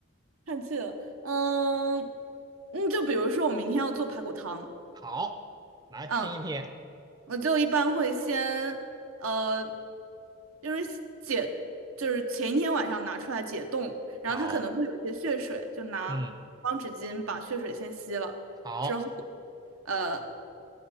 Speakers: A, on the right; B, on the right.
A: 看气了。嗯，嗯，就比如说我明天要做排骨汤，
B: 好，来听一听。
A: 嗯，我就一般会先呃，就是解，就是前一天晚上拿出来解冻，然后它可能会有一些血水，
B: 好，
A: 就拿方纸巾把血水先吸了，
B: 嗯，好，
A: 之后呃